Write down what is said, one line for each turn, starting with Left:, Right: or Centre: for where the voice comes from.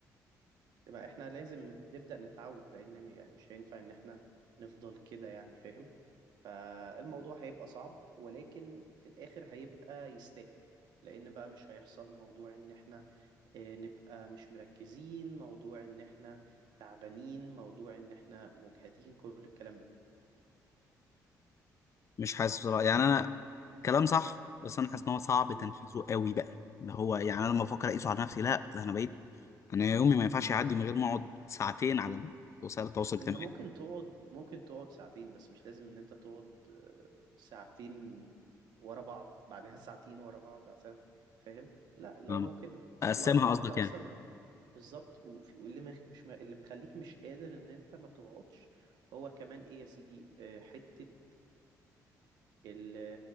Right: يبقى احنا لازم نت- نبدا نتعود لان م- يعني مش هينفع ان احنا نفضل كده يعني فاهم فالموضوع هيبقى صعب ولكن في الاخر هيبقى يستاهل لان بقى مش هيحصل موضوع ان احنا آه، نبقى مش مركزين موضوع ان احنا تعبانين موضوع ان احنا مجهدين كل الكلام ده
Left: مش حاسس بصراحة يعني انا كلام صح بس انا حاسس ان هو صعب تنفيذه
Right: مم.
Left: قوي بقى اللي هو يعني انا لما افكر اقيسه على نفسي لا ده انا بقيت انا يومي ما ينفعش يعدي من غير ما اقعد ساعتين على وسائل التواصل الاجتماعي
Right: انت ممكن تقعد ممكن تقعد ساعتين بس مش لازم ان انت تقعد آه، ساعتين ورا بعض بعدها ساعتين ورا بعض بعدها فاهم لا اللي
Left: فاهم؟
Right: هو ممكن
Left: اقسمها
Right: واحدة واحدة
Left: قصدك يعني
Right: اصلا بالظبط وفي- واللي مخ- مش م- اللي مخليك مش قادر ان انت ما تقعدش هو كمان ايه يا سيدي آه، حتة ال